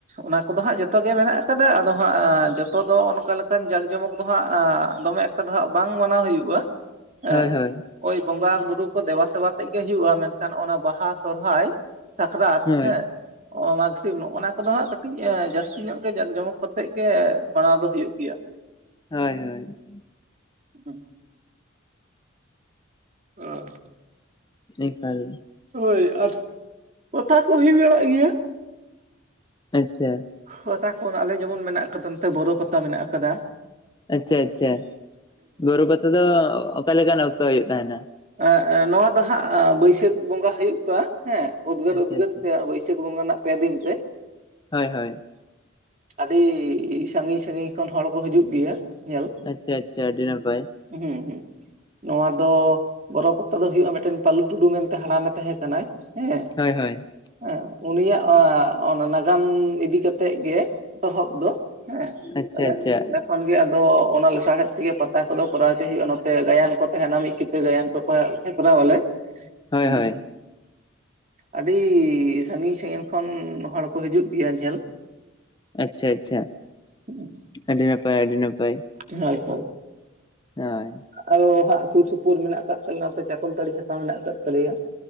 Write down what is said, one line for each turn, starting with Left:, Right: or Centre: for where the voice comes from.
Right: ᱚᱱᱟ ᱠᱚᱫᱚ ᱦᱟᱸᱜ ᱡᱚᱛᱚ ᱜᱮ ᱢᱮᱱᱟᱜ ᱟᱠᱟᱫᱟ ᱟᱫᱚ ᱦᱟᱸᱜ ᱡᱚᱛᱚ ᱫᱚ ᱚᱱᱠᱟ ᱞᱮᱠᱟᱱ ᱡᱟᱸᱠ ᱡᱚᱢᱚᱠ ᱫᱚ ᱦᱟᱸᱜ ᱫᱚᱢᱮ ᱠᱟ ᱫᱚᱦᱟᱜ ᱵᱟᱝ ᱢᱟᱱᱟᱣ ᱦᱩᱭᱩᱜᱼᱟ᱾
Left: ᱦᱳᱭ
Right: ᱮᱸ
Left: ᱦᱳᱭ
Right: ᱳᱭ ᱵᱚᱸᱜᱟ ᱵᱩᱨᱩ ᱠᱚ ᱫᱮᱵᱟ ᱥᱮᱵᱟ ᱛᱮᱜ ᱜᱮ ᱦᱩᱭᱩᱜᱼᱟ, ᱢᱮᱱᱠᱷᱟᱱ ᱚᱱᱟ ᱵᱟᱦᱟ, ᱥᱚᱨᱦᱟᱭ ᱥᱟᱠᱨᱟᱛ
Left: ᱦᱳᱭ
Right: ᱦᱮᱸ ᱚᱸ ᱢᱟᱜᱽ ᱥᱤᱢ ᱱᱚᱜᱼᱚᱱᱟ ᱠᱚᱫᱚ ᱦᱟᱸᱜ ᱠᱟᱹᱴᱤᱡᱽ ᱮᱸ ᱡᱟᱹᱥᱛᱤ ᱧᱚᱜ ᱜᱮ ᱡᱟᱠ ᱡᱚᱢᱚᱠ ᱛᱮᱜ ᱜᱮ ᱢᱟᱱᱟᱣ ᱫᱚ ᱦᱩᱭᱩᱜ ᱜᱮᱭᱟ᱾
Left: ᱦᱳᱭ ᱦᱳᱭ
Right: ᱦᱩᱸ ᱚᱸ
Left: ᱮᱠᱟᱞ
Right: ᱦᱳᱭ ᱟᱨ ᱚᱛᱟ ᱠᱩ ᱦᱩᱭ ᱵᱮᱲᱟᱜ ᱜᱮᱭᱟ?
Left: ᱟᱪᱪᱷᱟ
Right: ᱦᱚ ᱛᱟ ᱠᱷᱚᱱ ᱟᱞᱮ ᱡᱮᱢᱚᱱ ᱢᱮᱱᱟᱜ ᱠᱟᱫᱟ ᱱᱚᱛᱮ ᱵᱚᱨᱚ ᱯᱟᱛᱟ ᱢᱮᱱᱟᱜ ᱠᱟᱫᱟ᱾
Left: ᱟᱪᱪᱷᱟ ᱟᱪᱪᱷᱟ ᱜᱳᱨᱳ ᱯᱟᱛᱟ ᱫᱚ ᱚᱠᱟ ᱞᱮᱠᱟᱱ ᱚᱠᱛᱚ ᱦᱩᱭᱩᱜ ᱛᱟᱦᱮᱱᱟ?
Right: ᱮᱸ ᱮᱸ ᱱᱚᱣᱟ ᱫᱚ ᱦᱟᱸᱜ ᱵᱟᱹᱭᱥᱟᱹᱠᱷ ᱵᱚᱸᱜᱟ ᱦᱩᱭᱩᱜ ᱠᱟ ᱦᱮᱸ᱾ ᱩᱫᱽᱜᱟᱹᱨ
Left: ᱟᱪᱪᱷᱟ
Right: ᱩᱫᱽᱜᱟᱹᱨ
Left: ᱟᱪᱪᱷᱟ
Right: ᱛᱮᱭᱟᱜ ᱵᱟᱹᱭᱥᱟᱹᱠᱷ ᱵᱚᱸᱜᱟ ᱨᱮᱱᱟᱜ ᱯᱮ ᱫᱤᱱ ᱨᱮ᱾
Left: ᱦᱳᱭ ᱦᱳᱭ
Right: ᱟᱹᱰᱤ ᱥᱟᱺᱜᱤᱧ ᱥᱟᱺᱜᱤᱧ ᱠᱷᱚᱱ ᱦᱚᱲ ᱠᱚ ᱦᱤᱡᱩᱜ ᱜᱮᱭᱟ ᱧᱮᱞ᱾
Left: ᱟᱪᱪᱷᱟ ᱟᱪᱪᱷᱟ ᱟᱹᱰᱤ ᱱᱟᱯᱟᱭ᱾
Right: ᱦᱩᱸ ᱦᱩᱸ ᱱᱚᱣᱟ ᱫᱚ ᱵᱚᱨᱚ ᱯᱟᱛᱟ ᱫᱚ ᱦᱩᱭᱩᱜᱼᱟ ᱢᱤᱫᱴᱮᱱ ᱯᱟᱞᱩ ᱴᱩᱰᱩ ᱢᱮᱱᱛᱮ ᱦᱟᱲᱟᱢᱮ ᱛᱟᱦᱮᱸ ᱠᱟᱱᱟᱭ ᱦᱮᱸ᱾
Left: ᱦᱳᱭ ᱦᱳᱭ
Right: ᱮᱸ ᱩᱱᱤᱭᱟᱜ ᱟᱸ ᱚᱱᱟ ᱱᱟᱜᱟᱢ ᱤᱫᱤ ᱠᱟᱛᱮᱜ ᱜᱮ ᱮᱛᱚᱦᱚᱵ ᱫᱚ᱾ ᱦᱮᱸ
Left: ᱟᱪᱪᱷᱟ
Right: ᱛᱟᱦᱞᱮ
Left: ᱟᱪᱪᱷᱟ
Right: ᱚᱸᱰᱮ ᱠᱷᱚᱱ ᱜᱮ ᱟᱫᱚ ᱚᱱᱟ ᱞᱮᱥᱟᱲᱦᱮᱫ ᱛᱮᱜᱮ ᱯᱟᱛᱟ ᱠᱚᱫᱚ ᱠᱚᱨᱟᱣ ᱪᱚᱭ ᱦᱩᱭᱩᱜᱼᱟ ᱱᱚᱛᱮ ᱜᱟᱭᱟᱱ ᱠᱚ ᱛᱟᱦᱮᱱᱟ ᱢᱤᱫ ᱠᱤᱛᱟᱹ ᱜᱟᱭᱟᱱ ᱠᱚᱠᱚ ᱦᱮ ᱠᱚᱨᱟᱣ ᱟᱞᱮ
Left: ᱦᱳᱭ ᱦᱳᱭ
Right: ᱩᱸ ᱟᱹᱰᱤ ᱥᱟᱺᱜᱤᱧ ᱥᱟᱺᱜᱤᱧ ᱠᱷᱚᱱ ᱦᱚᱲ ᱠᱚ ᱦᱤᱡᱩᱜ ᱜᱮᱭᱟ ᱡᱷᱮᱞ
Left: ᱟᱪᱪᱷᱟ ᱟᱪᱪᱷᱟ
Right: ᱦᱩᱸ
Left: ᱟᱹᱰᱤ ᱱᱟᱯᱟᱭ ᱟᱹᱰᱤ ᱱᱟᱯᱟᱭ
Right: ᱦᱳᱭ ᱦᱳᱭ
Left: ᱦᱳᱭ
Right: ᱟᱨᱳ ᱦᱟᱸᱜ ᱥᱩᱨ ᱥᱩᱯᱩᱨ ᱢᱮᱱᱟᱜ ᱟᱠᱟᱫ ᱛᱟᱞᱮᱭᱟ ᱚᱱᱛᱮ ᱪᱟᱠᱚᱞᱛᱟᱹᱲᱤ ᱪᱷᱟᱛᱟ ᱢᱮᱱᱟᱜ ᱟᱠᱟᱫ ᱛᱟᱞᱮᱭᱟ᱾